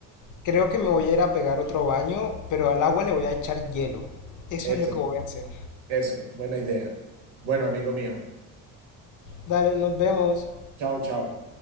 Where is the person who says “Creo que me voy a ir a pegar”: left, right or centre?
Left